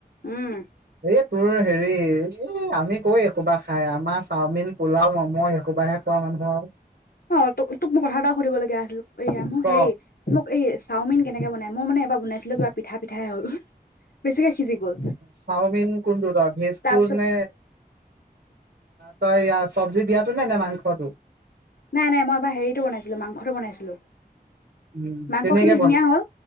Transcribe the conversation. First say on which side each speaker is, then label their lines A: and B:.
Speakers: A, on the left; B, on the right.
A: উম
B: এই তোৰ হেৰি আমি কৈ একোবা খাই আমাৰ চাওমিন, পোলাও, ম'ম' সেহোপাহে খোৱা মানুহ আৰু
A: অ তোক তোক মোক কথা এটা সুধিব লগীয়া আছিল এয়া মোৰ
B: ক
A: হেৰি মোক এই চাওমিন কেনেকে বনাই মই মানে এবাৰ বনাইছিলো কিবা পিঠা পিঠাহে হল বেছিকে সিজি গ'ল
B: চাওমিন কোনটো ভেজটো
A: তাৰপিছত
B: নে তই চব্জি দিয়াতটো নাই নে মাংসটো
A: নাই নাই মই এবাৰ হেৰিতটো বনাইছিলো মাংসটো বনাইছিলো।
B: উম
A: মাংসখিনি
B: তেনেকে
A: ধুনীয়া
B: বন
A: হ'ল